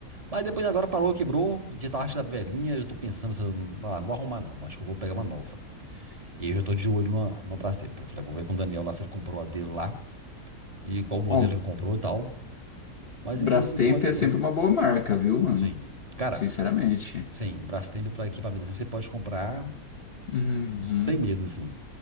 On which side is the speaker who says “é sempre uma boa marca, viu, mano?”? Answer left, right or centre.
Left